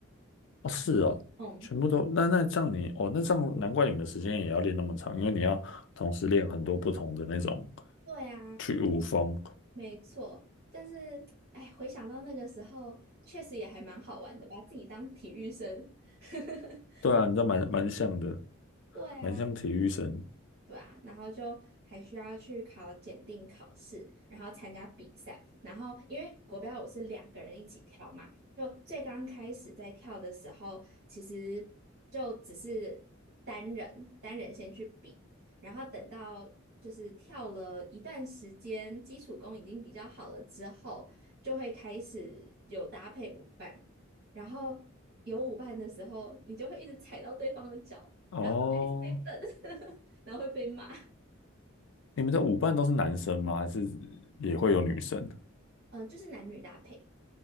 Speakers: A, on the left; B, on the right.
A: 哦，是哦，
B: 嗯，
A: 全部都那那这样你哦，那这样难怪你们的时间也要练那么长，因为你要同时练很多不同的那种
B: 对啊，
A: 去舞风。
B: 没错。但是，哎，回想到那个时候，确实也还蛮好玩的，把自己当体育生。<laughs>
A: 对啊，你这蛮蛮像的，
B: 对啊。
A: 蛮像体育生
B: 对啊，然后就还需要去考检定考试，然后参加比赛，然后因为国标舞是两个人一起跳嘛，就最刚开始在跳的时候，其实就只是单人单人先去比，然后等到就是跳了一段时间，基础功已经比较好了之后，就会开始有搭配舞伴，然后有舞伴的时候，你就会一直踩到对方的脚，
A: 哦。
B: 然后就一直被蹬。<laughs> 然后会被骂。
A: 你们的舞伴都是男生吗？还是也会有女生？
B: <laughs> 呃，就是男女搭配。